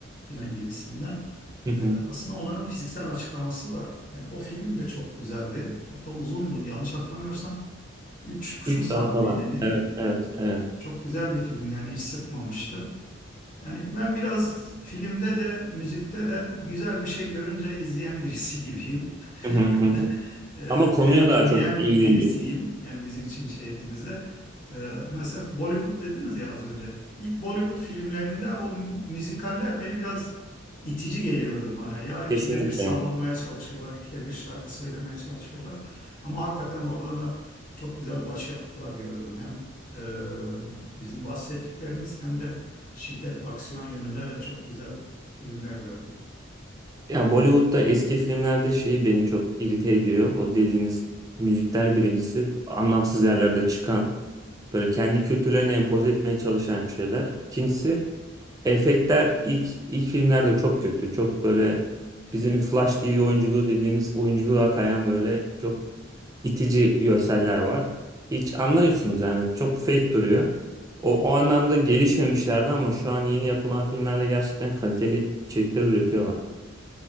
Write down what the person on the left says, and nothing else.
filan gibisinden.
E, aslında onların fiziksel açıklaması var. Yani o film de çok güzeldi. Hatta uzundu. Yanlış hatırlamıyorsam üç buçuk
saat
miydi ne?
Çok güzel bir film yani hiç sıkmamıştı. Yani ben biraz filmde de müzikte de güzel bir şey görünce izleyen birisi gibiyim.
<laughs> Eee,
veya
dinleyen
birisiyim. Yani müzik için şey ettiğimizde. Eee, mesela Bollywood dediniz ya az önce. İlk Bollywood filmlerinde o müzikaller beni biraz itici geliyordu bana. Ya ikide
bir sallanmaya çalışıyorlar, ikide bir şarkı söylemeye çalışıyorlar. Ama hakikaten oradan da çok güzel başyapıtlar gördüm. Hem eee, bizim bahsettiklerimiz hem de şiddet, aksiyon yönünde de çok güzel filmler gördüm.